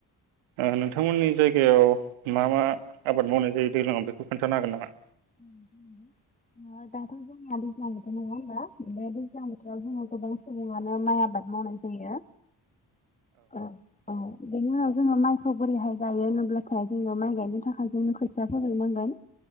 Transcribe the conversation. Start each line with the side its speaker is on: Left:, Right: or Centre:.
Right: ओ नोंथांमोननि जायगायाव मा मा आबाद मावनाय जायो दैज्लांव बेखौ खोन्थानो हागोन नामा?
Left: <unintelligible> दा जोंहा दैज्लां बोथोर नङा होनोमबा। बे दैज्लां बोथोर आव जोंहा गोबां सुबुङानो माइ माइ आबाद मावनाय जायो। औ औ बेनि उनाव जोङो माइखौ बोरैहाय गायो होनोब्लाथाय जोङो माइ गायनो थाखाय जोंङो खोथिया फोनोनांगोन।